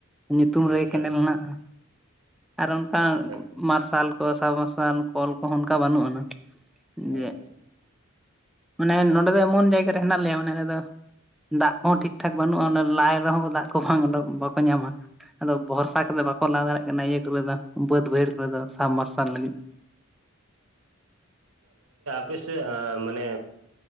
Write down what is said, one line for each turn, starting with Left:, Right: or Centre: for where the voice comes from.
Centre: ᱧᱩᱛᱩᱢ
Right: ᱟᱪᱪᱷᱟ
Centre: ᱨᱮ ᱠᱮᱱᱮᱞ ᱦᱮᱱᱟᱜᱼᱟ᱾ ᱟᱨ ᱚᱱᱠᱟ
Right: ᱦᱳᱭ
Centre: ᱢᱟᱨᱥᱟᱞ ᱠᱚ ᱥᱟᱵ ᱢᱟᱨᱟᱨᱥᱟᱞ ᱠᱚᱞ ᱠᱚᱦᱚᱸ ᱚᱱᱠᱟ ᱵᱟᱹᱱᱩᱜ ᱟᱱᱟ᱾
Right: ᱦᱳᱭ
Centre: ᱡᱮ
Right: ᱦᱳᱭ
Centre: ᱢᱟᱱᱮ ᱱᱚᱸᱰᱮ ᱫᱚ ᱮᱢᱚᱱ ᱡᱟᱭᱜᱟ ᱨᱮ ᱦᱮᱱᱟᱜ ᱞᱮᱭᱟ ᱢᱟᱱᱮ ᱟᱞᱮ ᱫᱚ <inaudible> ᱫᱟᱜ ᱠᱚᱦᱚᱸ ᱴᱷᱤᱠ - ᱴᱷᱟᱠ ᱵᱟᱹᱱᱩᱜᱼᱟ᱾ ᱞᱟᱭ ᱨᱮᱦᱚᱸ ᱫᱟᱜ ᱠᱚ ᱵᱟᱝ ᱵᱟᱠᱚ ᱧᱟᱢᱟ ᱟᱫᱚ ᱵᱷᱚᱨᱥᱟ ᱠᱟᱛᱮ ᱵᱟᱠᱚ ᱪᱟᱞᱟᱣ ᱫᱟᱲᱮᱭᱟᱜ ᱠᱟᱱᱟ᱾ ᱤᱭᱟᱹ ᱠᱚᱨᱮ ᱫᱚ ᱵᱟᱹᱫ ᱵᱟᱹᱭᱦᱟᱹᱲ ᱠᱚᱨᱮ ᱫᱚ ᱥᱟᱵᱢᱟᱨᱥᱟᱞ ᱞᱟᱹᱜᱤᱫ
Right: ᱚᱯᱮ ᱥᱮᱡ ᱢᱟᱱᱮ